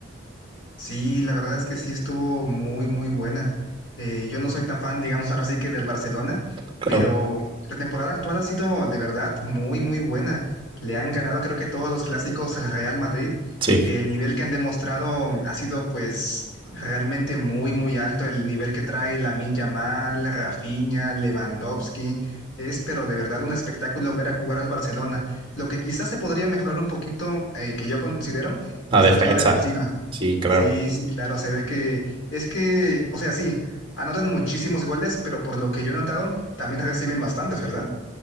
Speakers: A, on the left; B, on the right.
A: Sí, la verdad es que sí estuvo muy, muy buena. Eh, yo no soy tan fan, digamos, <laughs> ahora sí que del Barcelona,
B: Claro,
A: pero la temporada actual ha sido de verdad muy, muy buena. Le han ganado creo que todos los clásicos al Real Madrid.
B: sí,
A: El nivel que han demostrado ha sido pues realmente muy, muy alto. El nivel que trae Lamine Yamal, Rafinha, Lewandowski. Es, pero de verdad un espectáculo ver a jugar al Barcelona. Lo que quizás se podría mejorar un poquito, eh, que yo considero,
B: la
A: es
B: defensa.
A: la zona defensiva.
B: Sí, claro.
A: Sí, sí, claro, se ve que es que, o sea, sí, anotan muchísimos goles, pero por lo que yo he notado, también reciben bastantes, ¿verdad?